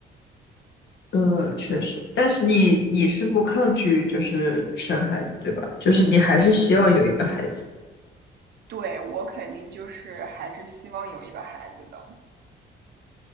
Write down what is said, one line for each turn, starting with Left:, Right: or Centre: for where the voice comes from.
Left: 嗯，确实，但是你你是不抗拒就是生孩子，对吧？就是你还是希望有一个孩子。
Right: 对我肯定就是还是希望有一个孩子的。